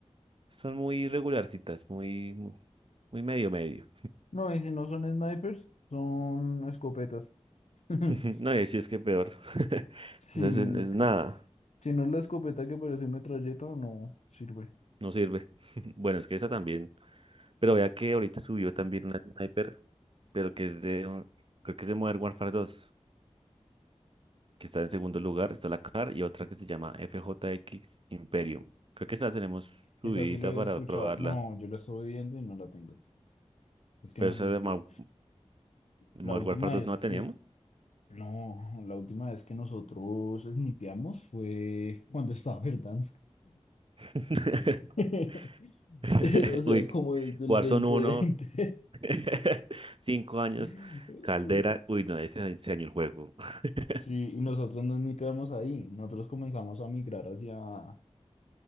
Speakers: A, on the right; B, on the left.
A: Son muy regularcitas, muy, mu- muy medio medio.
B: No, y si no son snipers, son escopetas. <laughs>
A: <laughs> No, y si es que peor. <laughs>
B: Sí,
A: Entonces es
B: es
A: es
B: que-
A: nada,
B: si no es la escopeta que parece metralleta, no sirve.
A: no sirve. <laughs> Bueno, es que esa también. Pero vea que ahorita subió también una sniper, pero que es de, un- creo que es de Modern Warfare 2, que está en segundo lugar, está la CAR y otra que se llama FJX Imperium. Creo que esa la tenemos subidita
B: Esa sí la había
A: para
B: escuchado.
A: probarla.
B: No, yo la estoy viendo y no la tengo. Es que
A: Pero
B: nosotros,
A: esa de Mar- Modern
B: la última
A: Warfare 2
B: vez
A: no la teníamos.
B: que, no, la última vez que nosotros snipeamos fue cuando estaba Verdansk.
A: <laughs>
B: <laughs>
A: <laughs>
B: O sea,
A: Uy,
B: como desde el
A: Warzone
B: dos mil veinte
A: uno, <laughs> 5 años,
B: <laughs>
A: Caldera, uy, no, ese, ese año el juego. <laughs>
B: Sí, y nosotros no snipeamos ahí. Nosotros comenzamos a migrar hacia